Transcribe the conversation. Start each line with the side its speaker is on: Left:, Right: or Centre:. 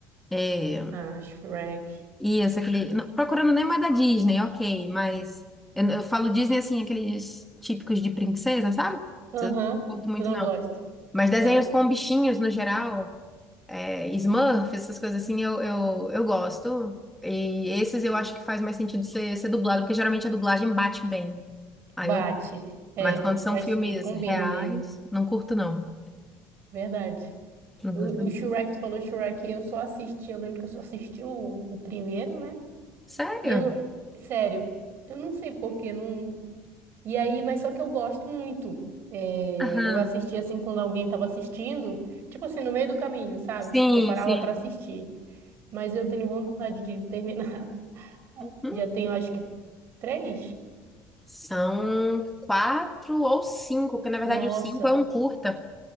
Centre: É,
Right: Ah, Shrek.
Centre: e esse aquele. não, Procurando nem mais da Disney, ok, mas eu, eu falo Disney assim, aqueles típicos de princesa, sabe?
Right: Aham,
Centre: Eu Não curto muito,
Right: tu não
Centre: não.
Right: gosta.
Centre: Mas desenhos
Right: Cara,
Centre: com bichinhos no geral, é, Smurf, essas coisas assim, eu, eu, eu gosto. E esses eu acho que faz mais sentido ser, ser dublado, porque geralmente a dublagem bate bem. Aí
Right: bate.
Centre: eu,
Right: É,
Centre: mas quando são
Right: eu acho
Centre: filmes
Right: que combina
Centre: reais,
Right: mesmo.
Centre: não curto, não.
Right: Verdade.
Centre: Não
Right: O,
Centre: curto.
Right: o Shrek, tu falou Shrek, eu só assisti, eu lembro que eu só assisti o, o primeiro, né?
Centre: Sério?
Right: E eu, sério, eu não sei porquê, não... E aí, mas só que eu gosto muito. É,
Centre: Aham.
Right: eu assisti assim quando alguém tava assistindo, tipo assim, no meio do caminho, sabe?
Centre: Sim,
Right: Eu parava
Centre: sim.
Right: pra assistir. Mas eu tenho vontade de terminar. <laughs>
Centre: Uhum.
Right: Já tenho, acho que, três?
Centre: São quatro ou cinco, porque na verdade
Right: Nossa,
Centre: o cinco é um curta.